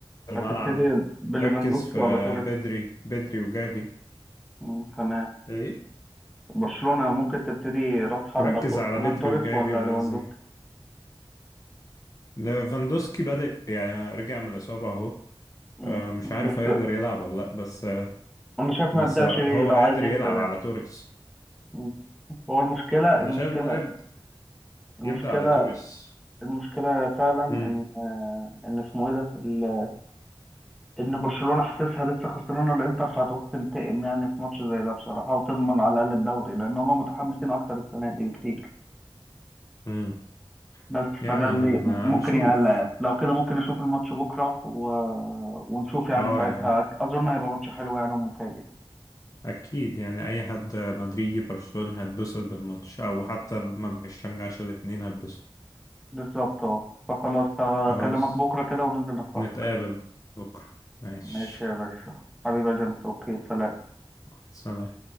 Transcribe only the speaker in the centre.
هتبتدي بليفاندوسكي
ولا توريس
مم. تمام
برشلونه ممكن تبتدي راس حربه
ت-
فيران
توريس
ولا
ليفاندوسكي
مم.
بس
انا شايف
ما يبدأش
بيه لو
عايز يكسب
يعني
مم. هو المشكلة
المشكلة
المشكلة
المشكلة فعلا ان
آه، ان اسمه ايه ده ال- ان برشلونة حاسسها لسه خسرانة الانتر فهتعوز تنتقم يعني في ماتش زي ده بصراحة وتضمن على الاقل الدوري لان هما متحمسين اكتر السنة دي بكتير
بس
فده اللي
م-
ممكن يقلق يعني لو كده ممكن نشوف الماتش بكرة و... ونشوف يعني
ساعتها
اظن هيبقى ماتش حلو يعني ومفاجئ
بالظبط اه فخلاص هكلمك
بكرة كده وننزل نتفرج
ماشي يا باشا حبيبي يا جيمس اوكي سلام